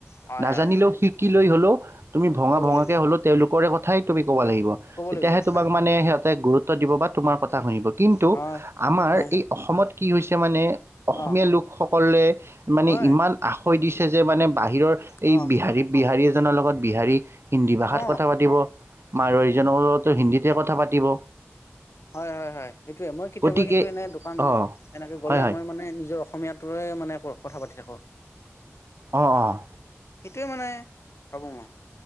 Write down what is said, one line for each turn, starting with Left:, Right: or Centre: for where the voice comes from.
Left: হয়
Right: নাজানিলেও
Left: হয় হয়
Right: শিকি লৈ হ'লেও। তুমি ভঙা
Left: ক'ব
Right: ভঙা।
Left: লাগিব
Right: তেওঁলোকৰেই কথাই তুমি। ক'ব লাগিব
Left: ক'ব
Right: তেতিয়াহে
Left: লাগিব তাকেতো
Right: তোমাক মানে সিহঁতে গুৰুত্ব। তাত দিব বা তোমাৰ কথা। শুনিব কিন্তু
Left: হয়
Right: আমাৰ
Left: হয় হয়
Right: এই অসমত। কি হৈছে মানে। অসমীয়া
Left: অ
Right: লোকসক। ক'লে। মানে
Left: হয়
Right: ইমান আ। কৈ দিছে যে মানে। বাহিৰৰ এই
Left: অ
Right: বিহাৰিয়ে-বিহাৰিয়ে। জনৰ লগত বিহাৰি। হিন্দী ভাষাত
Left: অ
Right: কথা পাতিব মাৰোৱাৰীজনৰ লগতো হিন্দীতে কথা পাতি। দিব।
Left: হয়-হয়-হয়, সেইটোয়ে মই কেতিয়াবা
Right: গতিকে
Left: কিন্তু এনে দোকান
Right: অঁ
Left: এনেকে গ'লে
Right: হয় হয়
Left: মই মানে নিজৰ অসমীয়াটোৱে মানে আ কথা পাতি থাকোঁ
Right: অঁ-অঁ।
Left: সেইটোৱে মানে ভাবো মই